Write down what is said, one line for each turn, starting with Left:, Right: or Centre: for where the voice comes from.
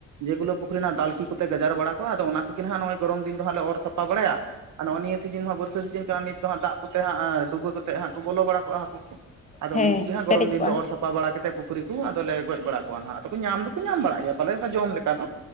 Right: ᱡᱮᱜᱩᱞᱟ ᱯᱩᱠᱷᱨᱤ ᱨᱮᱱᱟᱜ ᱫᱟᱞᱠᱤ ᱠᱚᱛᱮ ᱜᱟᱡᱟᱲ ᱵᱟᱲᱟ ᱠᱚᱜ-ᱟ᱾ ᱟᱫᱚ ᱚᱱᱟ ᱠᱚᱜᱮ ᱱᱟᱦᱟᱸᱜ ᱱᱚᱜᱼᱚᱭ ᱜᱚᱨᱚᱢ ᱫᱤᱱ ᱫᱚ ᱦᱟᱸᱜ ᱞᱮ ᱚᱨ ᱥᱟᱯᱷᱟ ᱵᱟᱲᱟᱭᱟ᱾ ᱟᱨ ᱱᱚᱜᱼᱚᱭ ᱱᱤᱭᱟᱹ ᱥᱤᱡᱤᱱ ᱢᱟ ᱵᱟᱹᱨᱥᱟᱹ ᱥᱤᱡᱤᱱ ᱠᱟᱱᱟ ᱱᱤᱛ ᱫᱚ ᱦᱟᱸᱜ ᱫᱟᱜ ᱠᱚᱛᱮ ᱦᱟᱸᱜ ᱰᱩᱵᱟᱹ ᱠᱟᱛᱮᱜ ᱦᱟᱸᱜ ᱠᱚ ᱵᱚᱞᱚ ᱵᱟᱲᱟ ᱠᱚᱜᱼᱟ ᱦᱟᱹᱠᱩ ᱠᱚ ᱟᱫᱚ
Left: ᱦᱮᱸ
Right: ᱩᱝᱠᱩ ᱜᱮ ᱦᱟᱸᱜ
Left: ᱯᱮᱨᱮᱡ
Right: ᱜᱚᱨᱚᱢ ᱫᱤᱱ
Left: ᱠᱚᱜᱼᱟ
Right: ᱫᱚ ᱚᱨ ᱥᱟ ᱯᱟ ᱵᱟᱲᱟ ᱠᱟᱛᱮᱫ ᱯᱩᱠᱷᱨᱤ ᱠᱚ ᱟᱫᱚᱞᱮ ᱜᱚᱡ ᱵᱟᱲᱟ ᱠᱚᱣᱟ ᱱᱟᱦᱟᱜ ᱟᱫᱚ ᱧᱟᱢ ᱫᱚᱠᱚ ᱧᱟᱢ ᱵᱟᱲᱟᱜ ᱜᱮᱭᱟ ᱯᱟᱞᱮ ᱡᱚᱢ ᱞᱮᱠᱟ ᱫᱚ